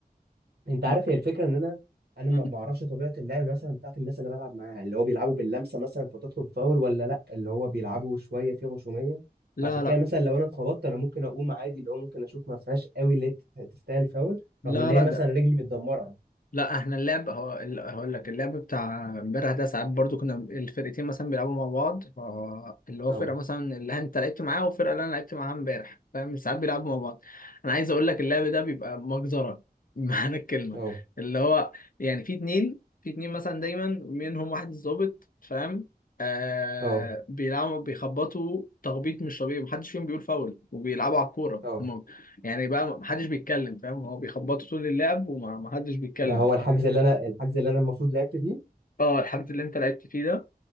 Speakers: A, on the right (about 80°); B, on the left (about 60°).
A: انت عارف
B: ب-
A: هي الفكره ان انا انا
B: مم.
A: ما ما اعرفش طبيعه اللعب مثلا بتاعت الناس اللي بلعب معاها اللي هو بيلعبوا باللمسه مثلا فتطلب فاول ولا لا اللي هو بيلعبوا شويه في غشوميه
B: لا
A: فعشان
B: لا
A: كده مثلا لو انا اتخبطت انا ممكن اقوم عادي اللي هو ممكن اشوف ما فيهاش قوي اللي هي تستاهل فاول
B: لا
A: رغم ان هي
B: لا
A: مثلا
B: ده
A: رجلي متدمره
B: لا احنا اللعب هو ال- هقول لك اللعب بتاع امبارح ده ساعات برضو كنا الفرقتين مثلا بيلعبوا مع بعض فهو اللي هو
A: اه
B: فرقه مثلا اللي انت لعبت معاها والفرقه اللي انا لعبت معاها امبارح فاهم ساعات بيلعبوا مع بعض انا عايز اقول لك اللعب ده بيبقى مجزره <laughs> بمعنى الكلمه
A: اه
B: اللي هو يعني في اتنين في اتنين مثلا دايما منهم واحد الظابط فاهم آه
A: اه
B: بيلعبوا بيخبطوا تخبيط مش طبيعي محدش فيهم بيقول فاول وبيلعبوا على الكوره
A: اه
B: هما يعني بقى محدش بيتكلم فاهم هو بيخبطوا طول اللعب ومحدش بيتكلم
A: ده هو
B: فاهم
A: الحجز اللي انا الحجز اللي انا المفروض لعبت فيه
B: اه الحاجات اللي انت لعبت فيه ده